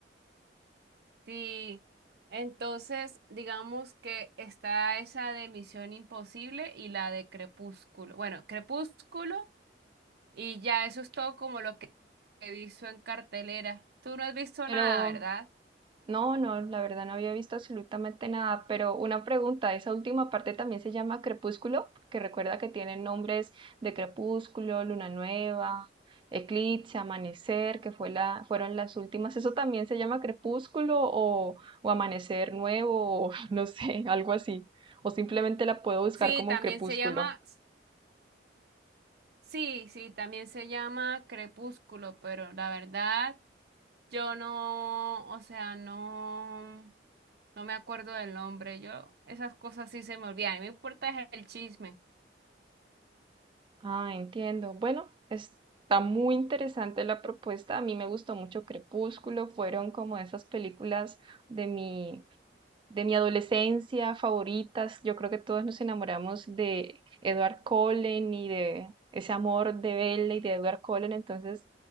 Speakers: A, on the right; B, on the right.
A: Sí, entonces digamos que está esa de Misión Imposible y la de Crepúsculo. Bueno, Crepúsculo y ya eso es todo como lo que he visto en cartelera. Tú no has visto
B: Pero
A: nada, ¿verdad?
B: No, no, la verdad no había visto absolutamente nada, pero una pregunta, ¿esa última parte también se llama crepúsculo? Porque recuerda que tienen nombres de crepúsculo, luna nueva, eclipse, amanecer, que fue la, fueron las últimas. ¿Eso también se llama crepúsculo o, o amanecer nuevo o <laughs> no sé, algo así? O simplemente la puedo buscar
A: Sí,
B: como
A: también
B: crepúsculo.
A: se llama Sí, sí, también se llama Crepúsculo, pero la verdad yo no, o sea, no, no me acuerdo del nombre. Yo esas cosas sí se me olvidan. A mí Me importa es el chisme.
B: Ah, entiendo. Bueno, está muy interesante la propuesta. A mí me gustó mucho Crepúsculo. Fueron como esas películas de mi de mi adolescencia favoritas. Yo creo que todos nos enamoramos de Edward Cullen y de ese amor de Bella y de Edward Cullen. Entonces,